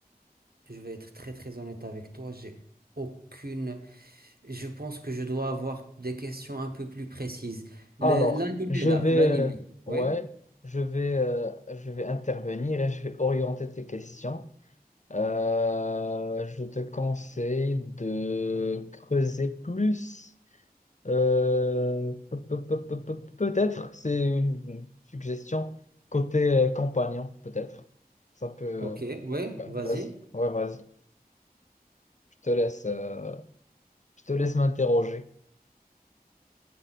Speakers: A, on the right; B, on the left.
A: je vais être très très honnête avec toi, j'ai aucune... Je pense que je dois avoir des questions un peu plus précises. Le-
B: Alors,
A: L'animé
B: je
A: là,
B: vais...
A: l'animé.
B: euh, Ouais,
A: Ouais,
B: je vais, euh, je vais intervenir et je vais orienter tes questions. Euh, je te conseille de creuser plus. Euh, pe- pe- pe- pe- pe- peut-être, c'est une suggestion côté euh, compagnon, peut-être. Ça peut.
A: ok, ouais,
B: Ouais,
A: vas-y.
B: vas-y. Ouais, vas-y. Je te laisse, euh, je te laisse m'interroger.